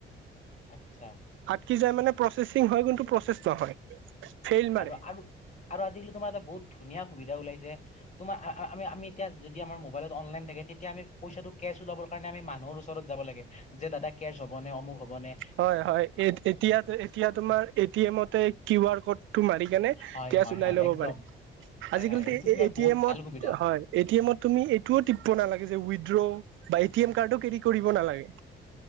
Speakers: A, on the left; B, on the right.
A: আচ্ছা।
B: কি যায় মানে প্ৰচেচিং হয় কিন্তু প্ৰচেছ নহয়। ফেইল মাৰে
A: আৰু আৰু আৰু আজিকালি তোমাৰ এটা বহুত ধুনীয়া সুবিধা ওলাইছে তোমাৰ আমি আমি এতিয়া যদি আমাৰ মোবাইল অনলাইন থাকে তেতিয়া আমি পইচাটো কেছ উলাব কাৰণে আমি মানুহৰ ওচৰত যাব লাগে যে দাদা কেচ হ'বনে অমুক হ'বনে।
B: হয় হয় এতিয়া এতিয়া তোমাৰ এ টি এমতে কিউ আৰ ক'ড টো মাৰি কেনে
A: হয়
B: কেছ
A: হয়
B: ওলাই
A: হয়
B: ল'ব
A: একদম
B: পাৰে।
A: হয়
B: আজিকালি
A: হয় এইটো
B: তো
A: তোমাৰ
B: এ
A: বহুত
B: টি এমত
A: ভাল সুবিধা
B: হয় এ টি এমত তুমি এইটোও টিপব নালাগে যে উইড্ৰ' বা এ টি এম কাৰ্ডো কেৰি কৰিব নালাগে।